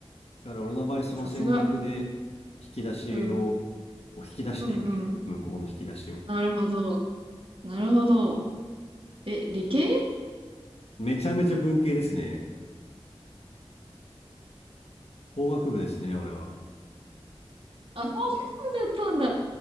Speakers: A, on the left; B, on the right.
A: だから俺の場合その戦略で引き出しを、
B: さすが。うん、
A: こう引き出していくね。
B: うん、うん。
A: 向こうの引き出しを。
B: なるほど。なるほど。え、理系
A: めちゃめちゃ文系ですね。法学部ですね、俺は。
B: あ、法学部だったんだ。